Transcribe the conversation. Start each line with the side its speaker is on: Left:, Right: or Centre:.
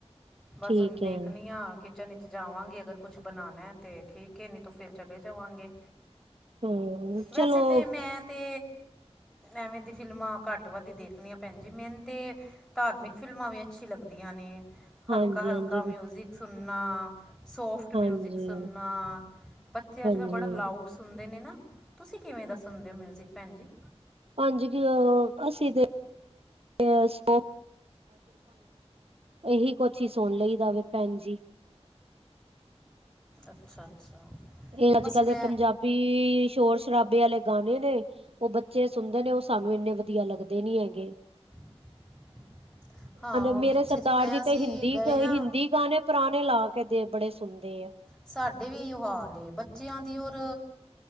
Centre: ਬਸ
Right: ਠੀਕ
Centre: ਹੁਣ ਦੇਖਣੀ
Right: ਹੈ
Centre: ਆ ਕਿਚਨ ਚ ਜਾਵਾਂਗੇ ਅਗਰ ਕੁਛ ਬਣਾਣਾ ਤੇ ਠੀਕ ਹੈ, ਨਹੀਂ ਤੋਂ ਫਿਰ ਚਲੇ ਜਾਵਾਂਗੇ
Right: ਹਾਂ
Centre: ਵੈਸੇ
Right: ਚਲੋ
Centre: ਤੇ ਮੈਂ ਤੇ ਐਵੇਂ ਦੀ ਫਿਲਮਾਂ ਘੱਟ ਵੱਧ ਈ ਦੇਖਣੀਆਂ ਭੈਂਜੀ ਮੈਨ ਤੇ ਧਾਰਮਿਕ ਫਿਲਮਾਂ ਵੀ ਅੱਛੀ ਲੱਗਦੀਆਂ ਨੇ,
Right: ਹਾਂਜੀ
Centre: ਹਲਕਾ ਹਲਕਾ
Right: ਹਾਂਜੀ
Centre: ਮਿਊਜ਼ਿਕ ਸੁਣਨਾ ਸੋਫਟ
Right: ਹਾਂਜੀ
Centre: ਮਿਊਜ਼ਿਕ ਸੁਣ ਨਾ ਬੱਚੇ ਅੱਜ
Right: ਹਾਂਜੀ
Centre: ਕੱਲ੍ਹ ਬੜਾ ਲਾਊਡ ਸੁਣਦੇ ਨੇ ਨਾ। ਤੁਸੀਂ ਕਿਵੇਂ ਦਾ ਸੁਨਦੇ ਹੋ ਮਿਊਜ਼ਿਕ ਭੈਣ ਜੀ।
Right: <unintelligible> ਅੱਸੀ ਤੇ <unintelligible> ਇਹੀ ਕੁਛ ਹੀ ਸੁਣ ਲਈ ਦਾ ਵੇ ਭੈਣ ਜੀ।
Centre: ਅੱਛਾ ਅੱਛਾ
Right: ਇਹ ਅੱਜ
Centre: ਬਸ
Right: ਕੱਲ
Centre: ਮੈਂ
Right: ਦੇ ਪੰਜਾਬੀ ਸ਼ੋਰ-ਸ਼ਰਾਬੇ ਆਲੇ ਗਾਣੇ ਨੇ ਉਹ ਬੱਚੇ ਸੁਣਦੇ ਨੇ, ਉਹ ਸਾਨੂੰ ਇੰਨੇ ਵਧੀਆ ਲੱਗਦੇ ਨੀ ਹੈਗੇ।
Centre: <inaudible> ਹਾਂ
Right: ਮੇਰੇ
Centre: ਪਿੱਛੇ
Right: ਸਰਦਾਰ
Centre: ਜੇ ਮੈਂ
Right: ਜੀ
Centre: ਅਸੀਂ
Right: ਤੇ ਹਿੰਦੀ
Centre: ਗਏ
Right: ਤ
Centre: ਹਾਂ
Right: ਹਿੰਦੀ ਪੁਰਾਣੇ ਪੁਰਾਣੇ ਲਾ ਕੇ ਦੇ, ਬੜੇ ਸੁਣਦੇ ਆ
Centre: ਸਾਡੇ ਵੀ ਇਹੀਓ ਹਾਲ ਏ, ਬੱਚਿਆਂ ਦੀ ਔਰ